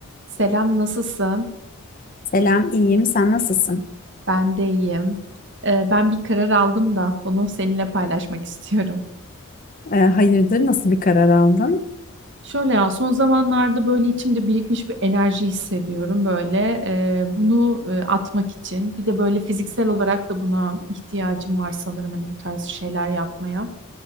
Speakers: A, on the right; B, on the left.
A: Selam, nasılsın?
B: Selam, iyiyim. Sen nasılsın?
A: Ben de iyiyim. Ee, ben bir karar aldım da bunu seninle paylaşmak istiyorum.
B: Ee, hayırdır, nasıl bir karar aldın?
A: Şöyle ya, son zamanlarda böyle içimde birikmiş bir enerji hissediyorum böyle. Ee, bunu e, atmak için. Bir de böyle fiziksel olarak da buna ihtiyacım var sanırım hani bu tarz şeyler yapmaya.